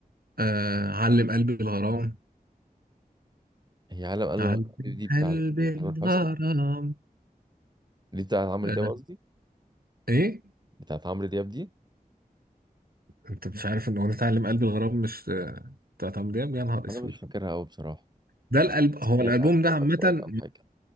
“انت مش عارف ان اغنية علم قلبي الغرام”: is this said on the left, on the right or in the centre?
Right